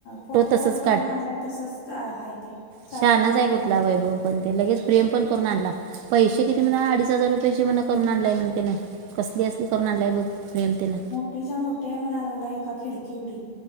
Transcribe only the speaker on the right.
तसंच
शानच
आहे
कुठला
वैभव पण ते लगेच प्रेम पण करून आणला पैसे किती म्हणा अडीच हजार रुपयाे म्ह करून आणलाय म्हण कसली असली करून आणली आहे ब प्रेमतेन